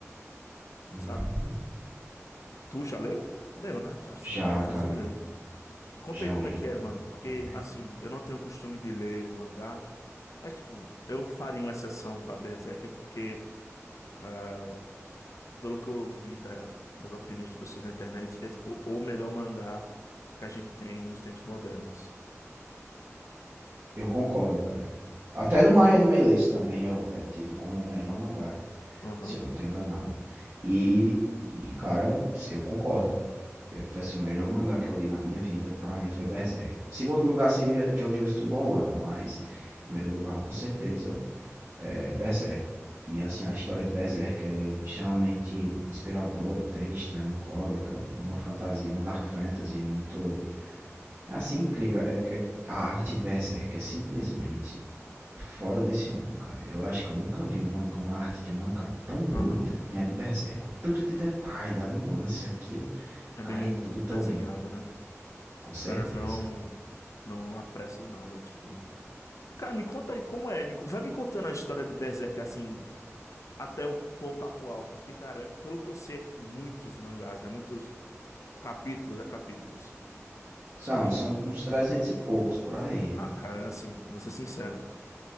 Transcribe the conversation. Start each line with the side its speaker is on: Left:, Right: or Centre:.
Right: Hum,
Left: sabe? Tu já leu? Leu, né? Acho que
Right: já,
Left: você tá perguntando
Right: cara,
Left: se você leu. Conta
Right: já
Left: aí como
Right: leu,
Left: é que é, mano, porque,
Right: Bom, véi.
Left: assim, eu não tenho costume de ler mangá, mas, tipo, eu faria uma exceção pra Berserker porque. ah, pelo que eu vi da- das opiniões das pessoas na internet, é tipo o melhor mangá que a gente tem nos tempos modernos.
Right: Eu concordo, cara. Até no My Anime List também é, o- é tido como o melhor mangá,
Left: Aham,
Right: se eu não tô enganado. E, e cara, eu concordo. É, Foi assim, o melhor mangá que eu li na minha vida, provavelmente foi Berserk. Segundo lugar seria JoJo's Steel Ball Run, mas em primeiro lugar, com certeza, é, Berserk. E assim, a história de Berserk é extremamente inspiradora, triste, melancólica. É uma fantasia, uma dark fantasy muito. É assim, incrível. É, é- a arte de Berserk é simplesmente fora desse mundo, cara. Eu acho que eu nunca vi um uma, arte de um mangá tão bonita
Left: aham.
Right: que nem a de Berserk. O tanto de detalhe, a nuance, aquilo.
Left: É
Right: Cara,
Left: bem
Right: é tudo tão
Left: desenhado,
Right: lindo.
Left: né?
Right: Com
Left: Os
Right: certeza.
Left: caras não não apressam nada, tipo. Cara, me conta aí como é, me co- vai me contando a história de Berserk assim, até o ponto atual, porque cara, pelo que eu sei, é tipo muitos mangás, né? Muitos capítulos, é capítulos.
Right: São,
Left: Só que,
Right: são uns 300 e poucos por aí.
Left: ah, cara, assim, vou ser sincero.